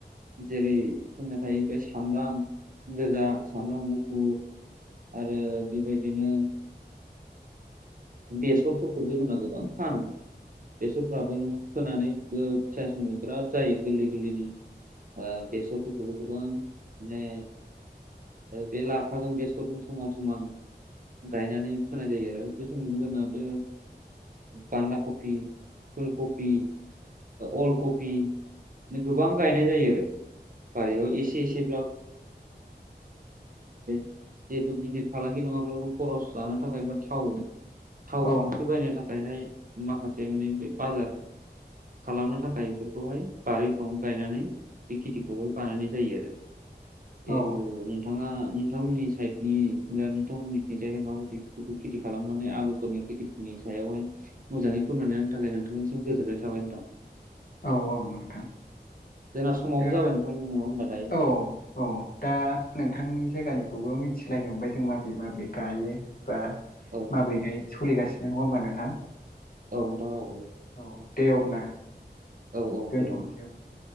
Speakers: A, on the right; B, on the left.
A: जेरै जोना थाहैबाय साब्राम गोजा सामब्राम मुफुर आरो बेबायदिनो बेसरफोरखौबो होनना गोबां फानो बेसरफ्राबो फोनानै फिसा समाव बिराद जायो गोरलै गोरलैनि ब बेसरफोरखौबो गोबां <unintelligible> बे लाफाजों बेसरजों समान समान गायनानै फोनाय जायो आरो गोसोनो जा बे बान्दा कफ फुलकबि अल कफि गोबां गायनाय जायो आरो बारियाव एसे एसे <unintelligible> जिहेथु निखिर फालांगि नंङाब्लाबो खरस जानो थाखाय थाव थाव
B: औ
A: संख्रि बायनो थाखायहाय माखासे मोनै बे बाजाराव खालामनो थाखाय बेफोरखौहाय बारिफ्रावनो गायनानै बे खेथिखौह बानायनाय जायो आरो जिहेथु
B: औ औ
A: नोंथाङा नोंथांमोननि साइडनि नोंथांमोननि मिथि जाय माबायदि खेथि खालाम नानै आलुफोरनि गिदिरनि सायावहाय मोजांङै फोरोननानै होनानो थाखाय नोंथांनिसिम गोजोन्नाय थाबाय नोंथां
B: औ औ नोंथां
A: जोंना समावबो
B: दा
A: जाबाय नोंथांनि होनबा दायो
B: औ औ दा नोंथांनि जायगानिखौबो मिथिलायनो मोनबाय जों माबोरै माबोरै गायो बा
A: औ
B: माबोरैहाय सोलिगासिनो नंङा होमबा नोंथां
A: औ नोंथां औ
B: औ दे अब्ला
A: औ औ
B: दोनथ'नोसै
A: दे
B: औ दे